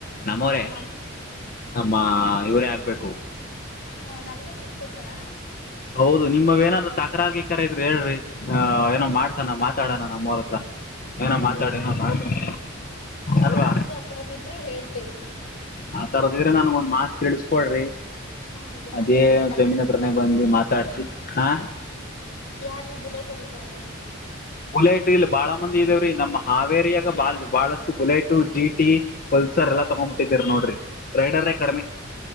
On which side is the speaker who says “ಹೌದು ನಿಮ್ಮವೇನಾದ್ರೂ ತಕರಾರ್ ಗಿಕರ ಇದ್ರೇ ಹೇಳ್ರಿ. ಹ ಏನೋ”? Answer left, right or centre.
Left